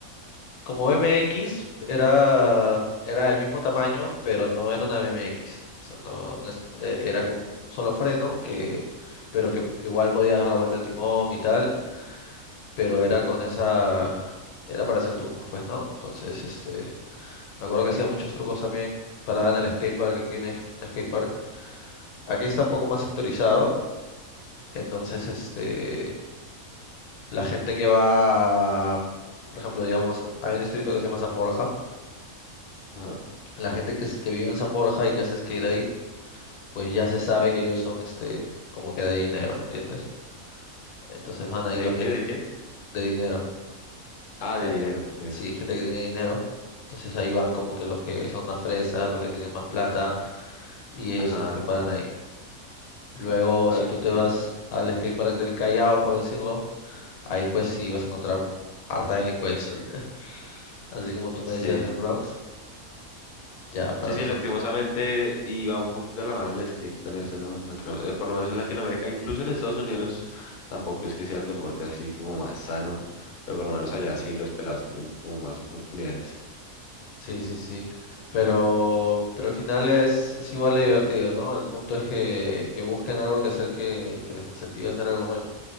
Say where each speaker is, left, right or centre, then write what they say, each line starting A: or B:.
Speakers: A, on the left; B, on the left.
A: Como BMX era, era el mismo tamaño, pero no era una BMX. O sea, no, no es- e- era con un solo freno, que, pero que igual podías dar la vuelta al timón y tal, pero era con esa...
B: Ajá,
A: Era para hacer trucos, pues, ¿no? Entonces, este, me acuerdo que hacía muchos trucos también parada en el skatepark, aquí en el skatepark. Aquí está un poco más sectorizado, entonces, este... La gente que va, por ejemplo, digamos, hay un distrito que se llama San Borja.
B: ajá.
A: La gente que, s- que vive en San Borja y que hace skate ahí, pues ya se sabe que ellos son este, como que de dinero, ¿me entiendes? Entonces van ahí
B: ¿De
A: los
B: qué?
A: que ti-
B: ¿De qué?
A: de dinero.
B: Ah,
A: O
B: de
A: sea,
B: dinero, muy bien.
A: sí, gente que tiene dinero. Entonces ahí van como que los que son más fresas, los que tienen más plata, y ellos
B: Ajá,
A: son los que paran ahí. Luego,
B: ok,
A: si tú te vas al skatepark del Callao, por decirlo, ahí pues sí vas a encontrar harta delincuencia. <laughs> Así como tú
B: sí.
A: me decías el Bronx, ya para
B: Sí, sí,
A: nosotros.
B: lastimosamente iba un poquito de la mano el skate con eso, ¿no? Naturalmente, eh, por lo menos en Latinoamérica, incluso en Estados Unidos, tampoco es que sea el deporte así como más sano, pero por lo menos allá sí los pelados tienen como más oportunidades.
A: Sí, sí, sí. Pero, pero al final es, es igual de divertido, ¿no? El punto es que, que busquen algo que hacer que, que les incentive a hacer algo bueno.